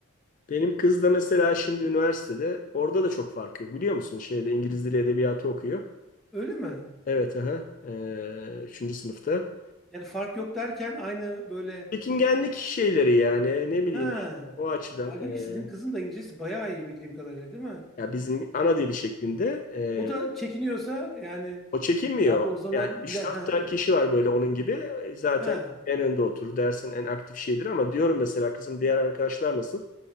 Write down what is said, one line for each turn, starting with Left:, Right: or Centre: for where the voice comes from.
Left: Benim kız da mesela şimdi üniversitede orada da çok fark yok biliyor musun? Şeyde İngiliz Dili Edebiyatı okuyor.
Centre: Öyle mi?
Left: Evet, aha. E, üçüncü sınıfta.
Centre: Yani fark yok derken aynı böyle
Left: Çekingenlik şeyleri yani ne bileyim
Centre: ha.
Left: işte, o açıdan
Centre: Halbuki
Left: e,
Centre: sizin kızın da İngilizcesi bayağı iyi bildiğim kadarıyla değil mi?
Left: ya bizim ana dili şeklinde e,
Centre: O da çekiniyorsa yani
Left: O çekinmiyor.
Centre: abi o zaman
Left: Yani üç
Centre: bir de
Left: dört
Centre: ha
Left: tane kişi var böyle onun gibi. Zaten
Centre: ha
Left: en önde oturur. Dersin en aktif şeydir ama diyorum mesela kızım diğer arkadaşlar nasıl?